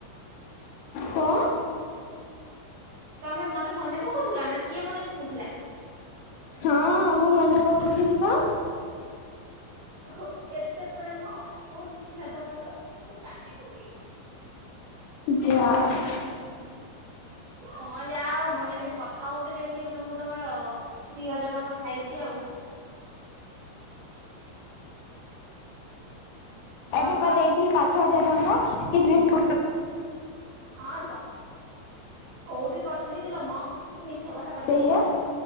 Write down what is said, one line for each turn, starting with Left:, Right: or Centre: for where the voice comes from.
Left: କଁ?
Right: ତମେ ମତେ ମନେ ପକଉଥିଲ ନା କିଏ ମନେ ପକଉଥିଲା?
Left: ହଁ ମୁଁ ମନେ ପକଉଥିଲି ପା।
Right: ଓହୋ ଏତେ ପ୍ରେମ କୋଉଠି ଥିଲା ତମର ମୁଁ କାନ୍ଦି ପକେଇବି।
Left: ଯା ହଉ।
Right: କଣ ଯାହା ହଉ ମ ଯେମିତି କଥା ହଉଚ ଯେମିତି ମୁଁ ତମ-ତମର ଦି ହଜାର ଟଙ୍କା ଖାଇଚି ଆଉ। ତମର
Left: ଏବେ ପା ଦେଇଥିଲି ପାଞ୍ଚ ହଜାର ଟଙ୍କା କିି <inaudible>
Right: ହଁ ତ। କୋଉଠି ପଠେଇଥିଲ ମ ମିଛ କଥା ଖାଲି
Left: ସେଇଆ
Right: କହୁଚ?